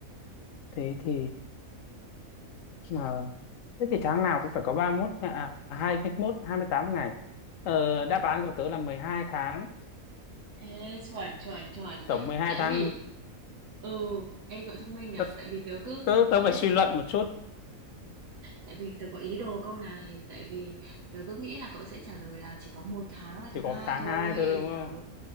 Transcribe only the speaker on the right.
Ê chuẩn chuẩn chuẩn.
Tại
vì ừ, ê cậu thông minh nhở,
tại vì tớ cứ
cậu
biết
Tại vì tớ có ý đồ câu này, tại vì tớ cứ nghĩ là cậu sẽ trả lời là chỉ có một tháng là tháng
2
thôi.
Ờ,